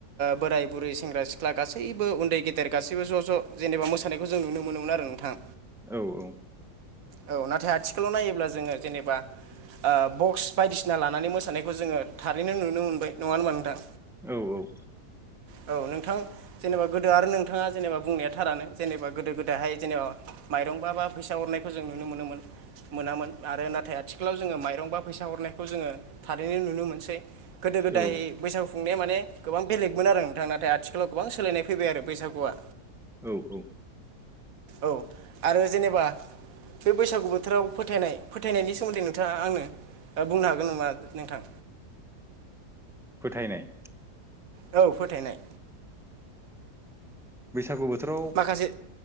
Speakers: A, on the right (about 60°); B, in the centre.
A: बोराय बुरै सेंग्रा सेंग्रा सिख्ला गासैबो उन्दै गेदेर गासैबो ज' ज' जेनेबा मोसानायखौ जों नुनो मोनोमोन आरो नोंथां
B: औ औ
A: औ नाथाय आथिखालाव नायोब्ला जोङो जेनेबा बक्स बायदिसिना लानानै मोसानायखौ जोङो थारैनो नुनो मोनबाय नङा होमबा नोंथां
B: औ औ
A: औ नों नोंथां जेनेबा गोदो आरो नोंथां बुंनाया थारानो जेनबा गोदो गोदायहाइ जेनबा माइरं बा बा फैसा हरनायखौ जों नुनो मोनोमोन। मोनामोन आरो नाथाय आथिखालाव जोङो माइरं बा फैसा हरनायखौ जोङो थारैनो नुनो मोनसै। गोदो गोदाय
B: औ
A: बैसागुुंनाया माने गोबां बेलेगमोन आरो नोंथां नाथाय आथिखालाव आथिखालाव गोबां सोलायनाय फैबाय आरो बैसागुआ
B: औ औ
A: औ आरो जेनेबा बे बैसागु बोथोराव फोथायनाय फोथायनायनि सोमोन्दै नोंथाङा आंनो बुंनो हागोन नामा नोंथां?
B: फोथायनाय
A: औ फोथायनाय
B: बैसागु बोथोराव
A: माखासे